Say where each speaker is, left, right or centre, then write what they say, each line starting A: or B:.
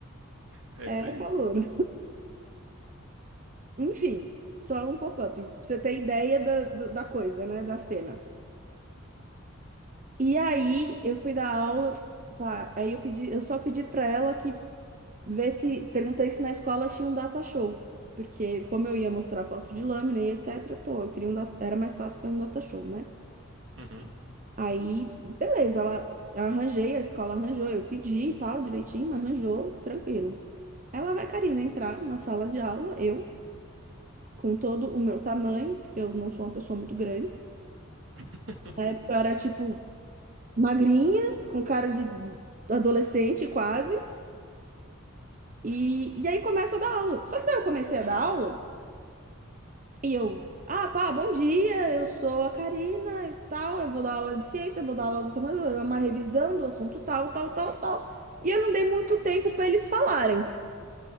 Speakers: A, on the right; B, on the right.
A: É
B: é
A: isso aí.
B: calouro. <laughs> Enfim, só um pop-up, pra você ter ideia da, do- da coisa, né, da cena. E aí eu fui dar aula, pá, aí eu pedi, eu só pedi pra ela que ver se perguntei se na escola tinha um data show, porque como eu ia mostrar foto de lâmina e etc, pô, eu queria um data, era mais fácil ser um data show, né?
A: Uhum.
B: Aí, beleza, ela eu arranjei, a escola arranjou, eu pedi e tal, direitinho, mas arranjou, tranquilo. Ela vai, Karina, entrar na sala de aula, eu, com todo o meu tamanho, porque eu não sou uma pessoa muito grande.
A: <laughs>
B: Na época eu era, tipo, magrinha, com cara de adolescente quase. E, e aí começa a dar aula. Só que daí eu comecei a dar aula. E eu, ah, pá, bom dia, eu sou a Karina e tal, eu vou dar aula de ciência, eu vou dar aula de matemática, uma revisão do assunto tal, tal, tal, tal. E eu não dei muito tempo para eles falarem.